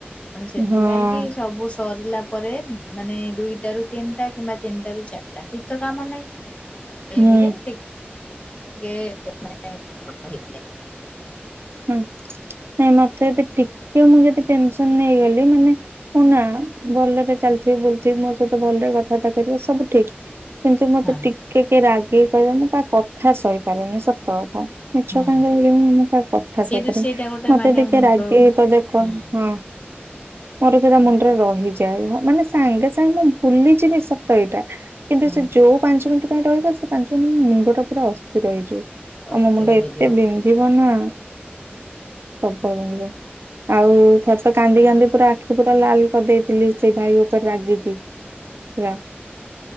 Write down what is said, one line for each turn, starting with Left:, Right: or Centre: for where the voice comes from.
Left: ପୁଣି ସେଥିପାଇଁ
Right: ହଁ।
Left: କି ସବୁ ସରିଲା ପରେ ମାନେ ଦୁଇଟାରୁ ତିନଟା କିମ୍ବା ତିନଟା ରୁ ଚାରଟା କିଛି ତ କାମ ନାଇଁ।
Right: ହୁଁ
Left: ଏମିତି ଟିକେ ମାନେ <inaudible>
Right: ହୁଁ ନାଇଁ ମତେ ଏବେ ଟିକେ ମୁଁ ଯଦି ଟେନସନ ନେଇଗଲି ମାନେ। ମୁଁ ନା ଭଲରେ ଚାଲଥିବି ବୁଲଥିବ ମୋ ସହିତ ଭଲରେ କଥାବାର୍ତ୍ତା କରିବ ସବୁ ଠିକ। କିନ୍ତୁ ମତେ
Left: ହଁ
Right: ଟିକେ କିଏ ରାଗେଇ କହିଲେ ମୁଁ ତା କଥା ସହିପାରେନି ସ ତ ଥ ମିଛ
Left: ହୁଁ
Right: କାଇ କହିବି <unintelligible> ଖାସ
Left: ସେଇଟା
Right: ସେଇପରି
Left: ସେଇଟା ଗୋଟେ
Right: ମତେ
Left: ମାନେ
Right: ଟିକେ
Left: ମୁଣ୍ଡ
Right: ରାଗିକି କହିଲେ କଣ
Left: ହୁଁ
Right: ହଁ। ମୋର ସେଟା ମୁଣ୍ଡରେ ରହିଯାଏ ମାନେ ସାଙ୍ଗେ ସାଙ୍ଗେ ମୁଁ ଭୁଲିଯିବି ସ ତ ଏଇଟା କିନ୍ତୁ
Left: ହୁଁ
Right: ସେ ଯୋଉ ପାଞ୍ଚ ମିନିଟ୍ ପାଇଁ ରହିବ ସେ ପାଞ୍ଚ ମିନିଟ ମୁଣ୍ଡ ଟା ପୁରା ଅସ୍ଥିର ହେଇଯିବ। ଆଉ
Left: ଅସ୍ଥିର
Right: ମୋ ମୁଣ୍ଡ ଏତେ
Left: ହେଇଯିବ
Right: ବିନ୍ଧିବ ନା। ପ୍ରବଳ ବିନ୍ଧିବ ଆଉ ଥରେ ତ କାନ୍ଦି କାନ୍ଦି ପୁରା। ଆଖି ପୁରା ଲାଲ କରିଦେଇଥିଲି ସେଇ ଭାଇ ଉପରେ ରାଗିକି ପୁରା।